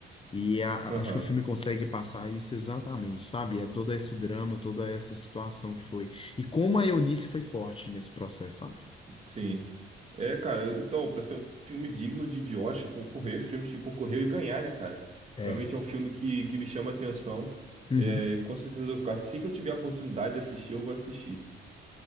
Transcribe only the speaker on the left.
E a- a-
acho que o filme consegue passar isso exatamente, sabe? É todo esse drama, toda essa situação que foi. E como a Eunice foi forte nesse processo, sabe?
É.
Uhum.